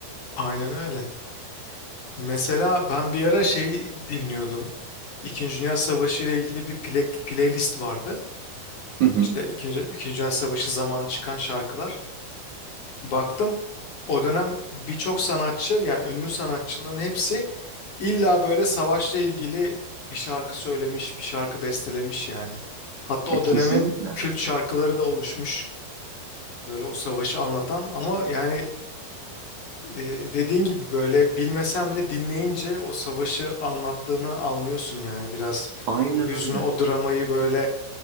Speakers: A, on the left; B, on the right.
A: Aynen öyle. Mesela ben bir ara şey dinliyordum. İkinci Dünya Savaşı ile ilgili bir play- playlist vardı.
B: Hı hı.
A: İşte İkinci, İkinci Dünya Savaşı zamanı çıkan şarkılar. Baktım o dönem birçok sanatçı yani ünlü sanatçıların hepsi illa böyle savaşla ilgili bir şarkı söylemiş, bir şarkı bestelemiş yani. Hatta
B: E,
A: o
B: kesinlikle.
A: dönemin kült şarkıları da oluşmuş böyle o savaşı anlatan ama yani e, dediğin gibi böyle bilmesen bile dinleyince o savaşı anlattığını anlıyorsun yani biraz
B: Aynen
A: o hüznü,
B: öyle.
A: o dramayı böyle